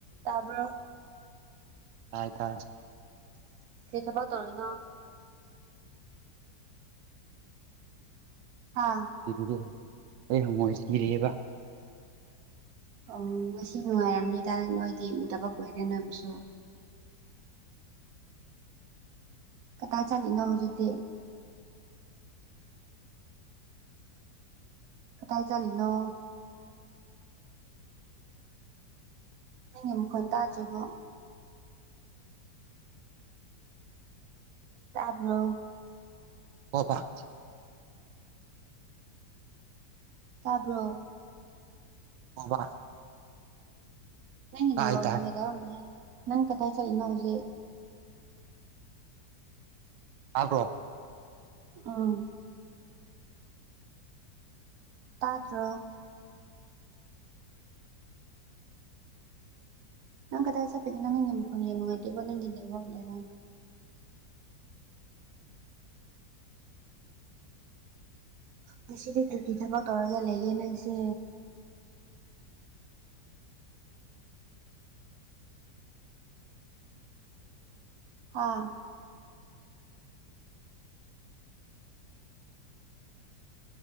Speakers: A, on the right (about 60°); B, on the right (about 90°).
A: ꯇꯥꯕ꯭ꯔꯣ
B: ꯇꯥꯏ ꯇꯥꯏ
A: ꯀ꯭ꯔꯤ ꯊꯕꯛ ꯇꯧꯔꯤꯅꯣ ꯍꯥꯥ
B: <unintelligible> ꯑꯩ ꯍꯪꯉꯣꯏ ꯁꯤꯔꯤꯌꯦꯕ
A: ꯑꯣ ꯉꯁꯤ ꯅꯨꯡꯉꯥꯏꯔꯝꯅꯤꯗ ꯅꯣꯏꯗꯤ ꯎꯗꯕ ꯀꯨꯏꯔꯦ ꯅꯣꯏꯕꯨꯁꯨ ꯀꯗꯥꯏ ꯆꯠꯂꯤꯅꯣ ꯍꯧꯖꯤꯛꯇꯤ ꯀꯗꯥꯏ ꯆꯠꯂꯤꯅꯣ ꯅꯪꯒꯤ ꯃꯈꯣꯜ ꯇꯥꯗ꯭ꯔꯤꯕꯣ ꯇꯥꯕ꯭ꯔꯣ
B: <unintelligible>
A: ꯇꯥꯕ꯭ꯔꯣ
B: <unintelligible>
A: ꯅꯪꯒꯤ ꯅꯦꯠꯋꯥꯛ
B: ꯇꯥꯏ ꯇꯥꯏ
A: ꯅꯨꯡꯉꯥꯏꯇꯕ ꯃꯥꯜꯂꯦ ꯅꯪ ꯀꯗꯥꯥꯏ ꯆꯠꯂꯤꯅꯣ ꯍꯧꯖꯤꯛ
B: ꯇꯥꯗ꯭ꯔꯣ
A: ꯑꯪ ꯇꯥꯗ꯭ꯔꯣ ꯅꯪ ꯀꯗꯥꯏ ꯆꯠꯄꯒꯤꯅꯣ ꯅꯪꯒꯤ ꯃꯈꯣꯟ ꯌꯥꯝ ꯅꯨꯡꯥꯏꯇꯦꯕ ꯅꯪꯒꯤ ꯅꯦꯠꯋꯥꯔꯛ ꯅꯔꯥ ꯉꯁꯤꯗꯤ ꯀ꯭ꯔꯤ ꯀ꯭ꯔꯤ ꯊꯕꯛ ꯇꯧꯔꯒ ꯂꯩꯒꯦ ꯅꯪꯁꯦ ꯍꯥꯥ